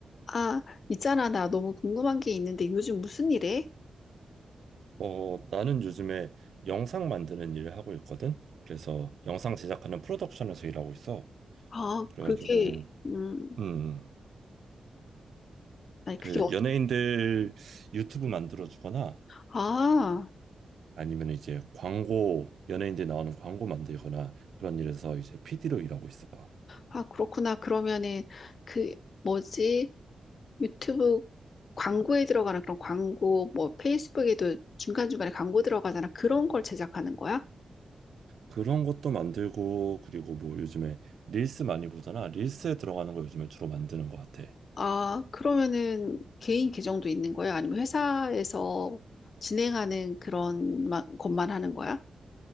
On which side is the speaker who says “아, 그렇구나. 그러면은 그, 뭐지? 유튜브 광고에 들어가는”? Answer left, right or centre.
Left